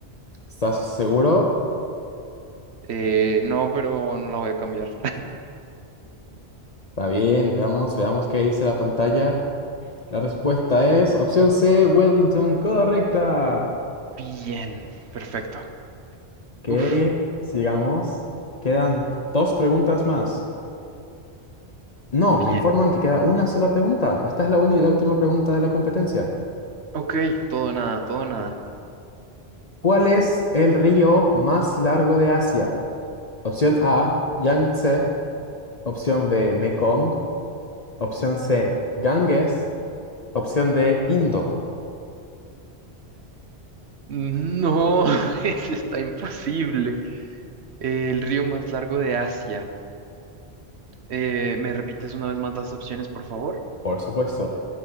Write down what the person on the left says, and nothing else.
¿Estás seguro?
Está bien, veamos, veamos qué dice la pantalla. La respuesta es opción C, Wellington, correcta.
Que
sigamos. Quedan dos preguntas más. No, me
informan que queda una sola pregunta. Esta es la única y la última pregunta de la competencia.
¿Cuál es el río más largo de Asia? Opción A, Yangtze. Opción B, Mekong. Opción C, Ganges. Opción D, Indo.
Por supuesto.